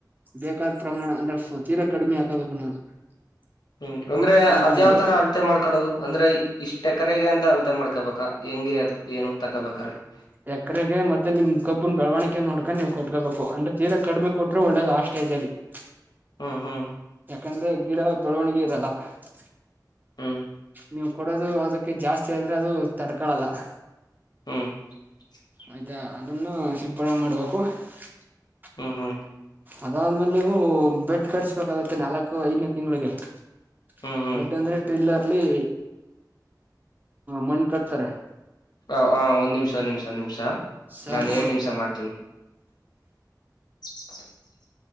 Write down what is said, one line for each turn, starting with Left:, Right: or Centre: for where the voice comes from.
Right: ಬೇಕಾದ ಪ್ರಮಾಣ ಅಂದ್ರೆ ತೀರಾ ಕಡಿಮೆ ಹಾಕಬೇಕು ನೀವು <unintelligible>
Left: ಹ್ಮ್ ಅಂದ್ರೆ
Right: ಹಾಕಬಹುದು
Left: ಅದ್ಯಾವ್ ತರ ಅಳ್ತೆ ಮಾಡ್ಕೊಳ್ಳೋದು ಅಂದ್ರೆ ಇಷ್ಟ್ ಎಕರೆಗೆ ಅಂತ ಅಳ್ತೆ ಮಾಡ್ಕೊಬೇಕಾ ಹೆಂಗೆ ಅದು ಏನು ತಕೋಬೇಕ್ರ <unintelligible>
Right: ಎಕರೆಗೆ ಮತ್ತೆ ನಿಮ್ ಕಬ್ಬನ್ ಬೆಳವಣಿಗೆ ನೋಡ್ಕೊಂಡ ನೀ್ ಕೊಟ್ಕೋಬೇಕು ಅಂದ್ರೆ ತೀರ ಕಡಿಮೆ ಕೊಟ್ರೆ ಒಳ್ಳೇದ ಆ ಸ್ಟೇಜ ಅಲ್ಲಿ <unintelligible>
Left: ಹ್ಮ್ ಹ್ಮ್
Right: ಯಾಕಂದ್ರೆ <unintelligible> ಗಿಡ ಬೆಳವಣಿಗೆ ಇರಲ್ಲ <unintelligible>
Left: ಹ್ಮ್
Right: ನೀವು ಕೊಡೋದು ಅದಕ್ಕೆ ಜಾಸ್ತಿ ಆದ್ರೆ ಅದು ತಡ್ಕೊಳಲ್ಲ <unintelligible>
Left: ಹ <unintelligible>
Right: ಆಯ್ತಾ ಅದನ್ನು ಸಿಪ್ಪಳ ಮಾಡ್ಬೇಕು <unintelligible>
Left: ಹ್ಮ್ ಹ್ಮ್ <unintelligible>
Right: ಅದಾದ್ಮೇಲೆ ನೀವು ಬೆಡ್ ಕಟ್ಸ್ಬೇಕಾಗತ್ತೆ ನಾಲ್ಕು ಐದನೇ ತಿಂಗಳಿಗೆ <unintelligible>
Left: ಹ್ಮ್ ಹ್ಮ್
Right: ಗಡ್ಡೆ ಅಂದ್ರೆ ಟ್ರಿಲ್ಲರ್ <unintelligible> ಅಲ್ಲಿ ಮಣ್ಣ ಕಟ್ತಾರೆ
Left: ಹ ಹ ಒಂದ್ ನಿಮಿಷ ಒಂದ್ ನಿಮಿಷ ಒಂದ್ ನಿಮಿಷಾ
Right: ಸಾಕು
Left: ನಾನು ಎಏಡ್
Right: ಬಿಡು
Left: ನಿಮಿಷ ಮಾಡ್ತೀನಿ ಜಿಕ್ ಚಿಕ್ಕ್